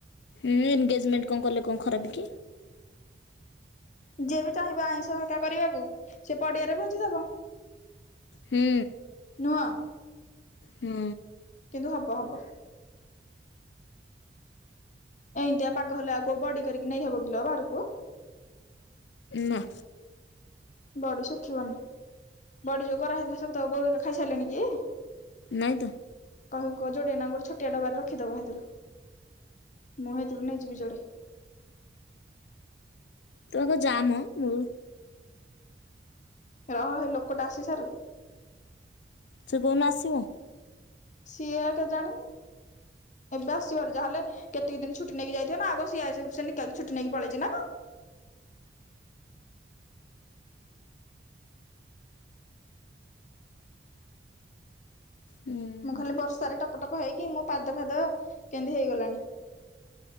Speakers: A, on the left; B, on the left.
A: ଉଁ ଏଙ୍ଗେଜମେଣ୍ଟ କଣ କଲେ କଣ ଖରାପ କି?
B: ଯିଏ ବି ଚାହିଁବ ଆଇଁଷ ଏକା କରିବାକୁ ସିଏ ପଡିଆରେ ଭୋଜିଦବ।
A: ହୁଁ
B: ନୁହଁ।
A: ହୁଁ
B: କିନ୍ତୁ ହବ ହବ। ଏଇଁତିଆ ପାଗ ହେଲେ ଆଉ କୋଉ ବଡ଼ି କରିକି ନେଇହବ କିଲୋ ବାହାରକୁ?
A: ନାଁ
B: ବଡ଼ି ଶୁଖିବନି ବଡ଼ି ଯୋଉ କରାହେଇଥିଲା ସବୁ ତୋ ବୋଉ ଖାଇସାଇଲେଣି କି?
A: ନାଇଁ ତ।
B: କହିବୁ କୋଉ ଯୋଡ଼ି ନା ଗୋଟେ ଛୋଟିଆ ଡବାରେ ରଖିଦବ ହେଇଥିରୁ। ମୁଁ ହେଇଥିରୁ ନେଇଯିବି ଯୋଡେ।
A: ତ ଆଗ ଯାମ ମୁଁ।
B: ରହ ହେଇ ଲୋକଟା ଆସିସାରୁ।
A: ସେ କଉନ୍ନ ଆସିବ?
B: ସିଏ ଆ କେଜାଣି ଏବେ ଆସିବାର ଯାହେଲେ କେତିକି ଦିନ ଛୁଟି ନେଇକି ଯାଇଥିବେ ନା ଆଉ କଣ ସିଏ ଆସିବ ସେମିତି କେତେ ଛୁଟି ନେଇକି ପଳେଇଛି ନା କଣ?
A: ହୁଁ
B: ମୁଁ ଖାଲି ବର୍ଷାରେ ଟପଟପ ହେଇକି ମୋ ପାଦ ଫାଦ କେମିତି ହେଇଗଲାଣି।